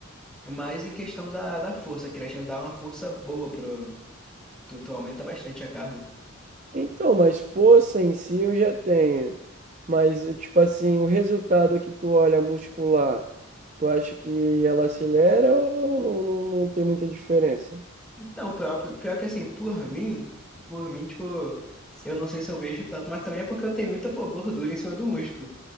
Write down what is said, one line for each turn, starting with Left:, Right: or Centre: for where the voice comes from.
Centre: Mas em questão da, da força, a creatina dá uma força boa pro. Tu, tu aumenta bastante a carga.
Right: Então, mas força em si eu já tenho. Mas, eh, tipo assim, o resultado que tu olha muscular, tu acha que ela acelera ou não, não, não tem muita diferença?
Centre: Então, pior, pior que assim, por mim, por mim, tipo, eu não sei se eu vejo tanto, mas também é porque eu tenho muita, pô, gordura em cima do músculo.